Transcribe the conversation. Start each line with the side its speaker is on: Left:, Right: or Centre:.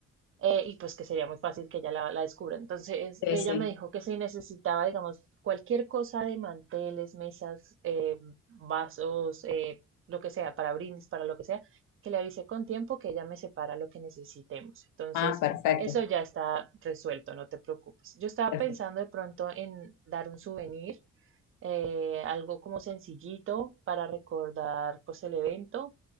Right: eh, y pues que sería muy fácil que ella la, la descubra. Entonces
Left: Sí,
Right: ella
Left: sí.
Right: me dijo que si necesitaba, digamos, cualquier cosa de manteles, mesas, eh, vasos, eh, lo que sea, para brindis, para lo que sea, que le avise con tiempo que ella me separa lo que necesitemos. Entonces
Left: Ah, perfecto,
Right: eso ya está resuelto, no te preocupes. Yo estaba
Left: perfecto.
Right: pensando de pronto en dar un souvenir eh, algo como sencillito para recordar pues el evento.